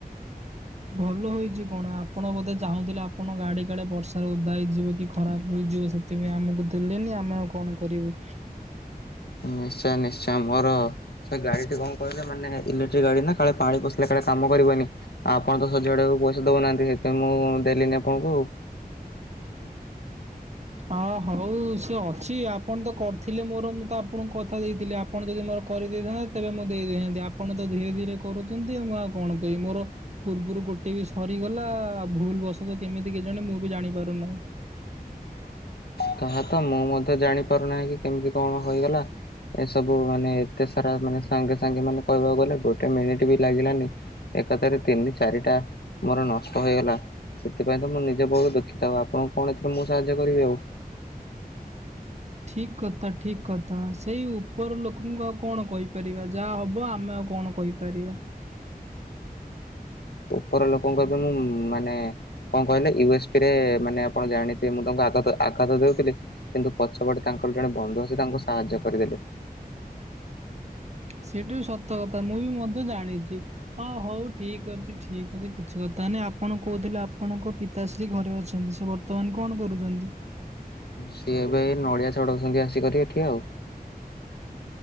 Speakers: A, on the right; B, on the left.
A: ଭଲ ହେଇଛି କଣ ଆପଣ ବୋଧେ ଚାହୁଁଥିଲେ ଆପଣ ଗାଡି କାଡେ ବର୍ଷାରେ ଓଦା ହେଇଯିବ କି ଖରାପ ହେଇଯିବ କି ଆମକୁ ଦେଲେନି ଆମେ ଆଉ କଣ କରିବୁ।
B: ନିଶ୍ଚୟ ନିଶ୍ଚୟ ମୋର ସେ ଗାଡିଟି କଣ କହିଲେ ମାନେ ଇଲେକ୍ଟ୍ରିକ ଗାଡି ନା କାଳେ ପାଣି ପ ହେ କାଡେ କାମ କରିବନି ଆଉ ଆପଣ ତ ସଜାଆଡେକୁ ପଇସା ଦଉନାହାନ୍ତି ସେଥିପାଇଁ ମୁଁ ଦେଲିନି ଆପଣଙ୍କୁ।
A: ଅ ହଉ ସେ ଅଛି ଆପଣ ତ କରିଥିଲେ ମୋର ମୁଁ ତ ଆପଣଙ୍କୁ କଥା ଦେଇଥିଲି ଆ ଆପଣ ଯଦି ମୋର କରିଦେଇଥାନ୍ତେ ତେବେ ମୁଁ ଦେଇ ଦେଇେଥାନ୍ତି ଆପଣ ତ ଧୀରେ ଧୀରେ କରୁଛନ୍ତି ଆ ମୁଁ ଆଉ କଣ କହିବି ମୋର ପୂର୍ବରୁ ଗୋଟେ ବି ସରିଗଲା ଭୁଲ ବଶ ତ କେମିତି କି ଜାଣେ ମୁଁ ବି ଜାଣି ପାରୁନାହିଁ।
B: ତାହା ତ ମୁଁ ମଧ୍ୟ ଜାଣିପାରୁନାହିଁ କି କେମିତି କଣ ହେଇଗଲା। ଏସବୁ ମାନେ ଏତେ ସାରା ମାନେ ସାଙ୍ଗେ ସାଙ୍ଗେ ମାନେ କହିବାକୁ ଗଲେ ଗୋଟେ ମିନିଟ ବି ଲାଗିଲାନି। ଏକଥାରେ ତିନି ଚାରିଟା ମୋର ନଷ୍ଟ ହେଇଗଲା। ସେଥିପାଇଁ ତ ମୁ ନିଜେ ବୋରୁ ଦଖିତ ହବ ଆପଣଙ୍କୁ କଣ ଏଥିରେ ମୁଁ ସାହାଯ୍ୟ କରିବି ଆଉ।
A: ଠିକ କଥା ଠିକ କଥା ସେଇ ଉପର ଲୋକଙ୍କୁ ଆଉ କଣ କହିପାରିବା ଯାହା ହବ ଆମେ ଆଉ କଣ କହିପାରିବା।
B: ଉପର ଲୋକଙ୍କ ଏବେ ମୁଁ ମାନେ କଣ କହିଲେ ୟୁ ଏସ୍ ପି ରେ ମାନେ ଆପଣ ଜାଣିଥିବେ ମୁଁ ତାଙ୍କୁ ଆଘାତ ଆଘାତ ଦେଉଥିଲେ କିନ୍ତୁ ପଛପଟେ ତାଙ୍କର ଜଣେ ବନ୍ଧୁ ଅଛି ଆସି ତାଙ୍କୁ ସାହାଯ୍ୟ କରିଦେଲେ।
A: ସେଇ ଠୁ ସତ କଥା ମୁଁ ବି ମଧ୍ୟ ଜାଣିଛି। ହଁ ହଉ ଠିକ ଅଛି ଠିକ ଅଛି କିଛି କଥା ନାହିଁ ଆପଣ କହୁଥିଲେ ଆପଣଙ୍କ ପି ପିତାଶ୍ରୀ ଘରେ ଅଛନ୍ତି ସେ ବର୍ତ୍ତମାନ କଣ କରୁଛନ୍ତି?
B: ସିଏ ଏବେ ନଡ଼ିଆ ଚଢାଉଛନ୍ତି ଆସିକରି ଏଠି ଆଉ